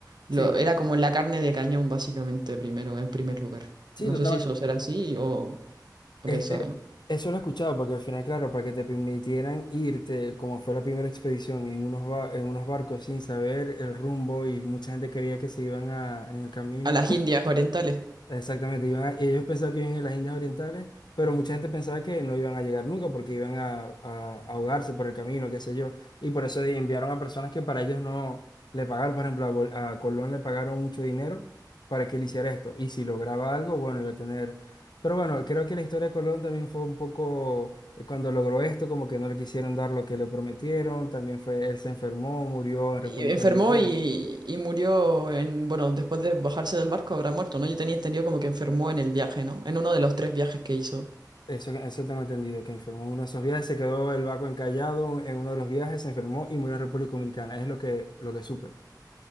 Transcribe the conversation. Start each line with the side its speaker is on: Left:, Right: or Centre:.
Right: Lo,
Left: Sí,
Right: era como la carne de cañón, básicamente, primero, en primer lugar.
Left: sí,
Right: No
Left: totalmente.
Right: sé si eso será así o, o
Left: Es-
Right: quién sabe,
Left: es-
Right: ¿no?
Left: eso lo he escuchado porque al final, claro, para que te permitieran irte, como fue la primera expedición, en unos, ba- en unos barcos sin saber el rumbo y mucha gente quería que se iban a, en el camino
Right: A las Indias orientales.
Left: Exactamente, iban a- ellos pensaban que iban en las Indias Orientales, pero mucha gente pensaba que no iban a llegar nunca porque iban a, a a ahogarse por el camino, qué sé yo. Y por eso enviaron a personas que para ellos no le pagaron, por ejemplo, a, Bol- a Colón le pagaron mucho dinero para que él hiciera esto. Y si lograba algo, bueno, iba a tener... Pero bueno, creo que la historia de Colón también fue un poco, eh, cuando logró esto, como que no le quisieron dar lo que le prometieron, también fue, él se enfermó, murió en
Right: Y
Left: República
Right: enfermó
Left: Dominicana.
Right: y, y murió en, bueno, después de bajarse del barco habrá muerto, ¿no? Yo tenía entendido como que enfermó en el viaje, ¿no? En uno de los tres viajes que hizo.
Left: Eso, eso tengo entendido, que enfermó en uno de esos viajes, se quedó el barco encallado en uno de los viajes, se enfermó y murió en República Dominicana. Es lo que, lo que supe.